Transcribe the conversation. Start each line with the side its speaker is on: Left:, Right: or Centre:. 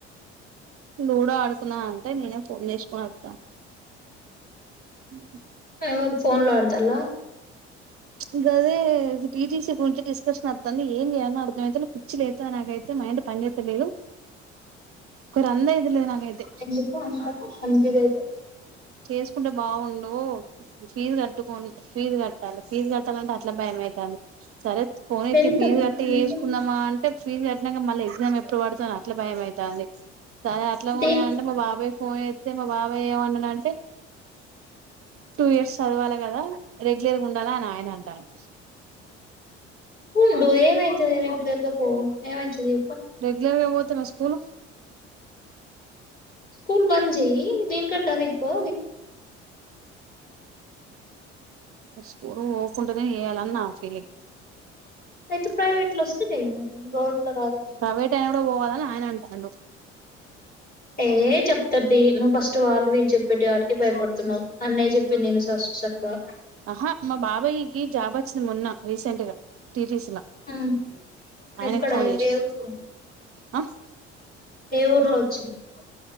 Right: లూడో ఆడుకుందామని అంటే నేనే ఫోన్ తీసుకొని వస్తా ఉమ్
Left: ఏర్ ఫోన్ లో ఆడుతల్లా
Right: ప్చ్ గదే టీటీసీ గురించి డిస్కషన్ వస్తుంది ఏం చేయాలో అర్థమయితేలే పిచ్చి లేస్తోంది నాకైతే మైండ్ పని చేత్తలేదు ఒక రంది అయితలేదు నాకైతే
Left: ఎందుకు అంత కన్ఫ్యూజ్ అయితే
Right: చేసుకుంటే బాగుడు ఫీజ్ కట్ కట్ కోని ఫీస్ కట్టలీ ఫీజు కట్టాలంటే అట్లా భయంమ అవుతుంది సరే ఫోన్ ఎత్తి
Left: టెన్త్
Right: ఫీజు
Left: అంత
Right: కట్టి వేసుకుందామా అంటే ఫీజు కట్టాక మళ్ళీ ఎగ్జామ్ ఎప్పుడు పడుతుో అట్లా భయంమ అవుతుంది సరే అట్లా పోనీ
Left: దేనికి
Right: అంటే మా బాబాయ్ పోయితే మా బాబాయ్య ఏమన్నా అంటే టూ ఇయర్స్ చదవాలి కదా డదన్ ఆయన అంటాడు
Left: ఉండు ఏమవుతుది రెగ్యులర్ గా పో ఏమ అవుతుది
Right: రెగ్యులర్ గా పోతే మల్ల స్కూల్
Left: స్కూల్ బంద్ చెయ్య దీనికంటే అదే ఎక్కువ
Right: స్కూల్ పోకుండనే చేయాలని నా ఫీలింగ్
Left: అయితే ప్రైవేట్ లో వస్తే చెయ్ మరీ గవర్ట్ లో రాదు కదా
Right: ప్రైవేట్ అయినా కూడా పోవాలని ఆయన అంటాండు
Left: ఏ చెప్తారుది నువ్వు ఫస్ట్ వాళ్ళు వీళ్ళు చెప్పే వాటికే భయపడుతున్నావు అన్నయ్య చెప్పింది విను ఫస్ట్ చక్కగా
Right: ఆహా మా బాబాయ్ కి జాబ్ వచ్చింది మొన్న రీసెంట్ గా టీటీసీ లా
Left: ఉమ్
Right: ఆయనకు
Left: ఎక్కడ
Right: ఫోన్ చేసి
Left: ఏ ఊరు
Right: ఆ
Left: ఏ ఊర్లో వచ్చింది